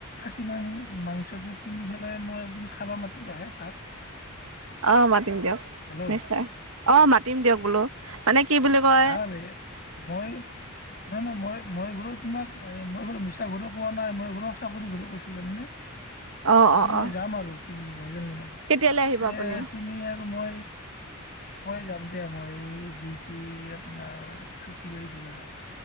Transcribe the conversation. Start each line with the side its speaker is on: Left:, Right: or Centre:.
Left: কিমান মাংসটো কিনি পেলাই মই এদিন খাবা মাতিবাহে ভাত।
Right: অ' মাতিম দিয়ক
Left: হেল্ল'
Right: নিশ্চিত। অ' মাতিম দিয়ক বোলো মানে কি বুলি কয়
Left: আহাৰে মই নহয় নহয় মই মই বাৰু তোমাক মই <unintelligible> মিছা <unintelligible> কোৱা নাই মই <unintelligible> চাকৰি <unintelligible>
Right: অ
Left: তে
Right: অ
Left: মই
Right: অ
Left: যাম আৰু কি বুলি ক জান,
Right: কেতিয়ালৈ আহিব
Left: এ
Right: আপুনি
Left: তুমি আৰু মই মই যাম দে মই ডিউটি আপোনাৰ ছুটী লৈ পেলাই যাম।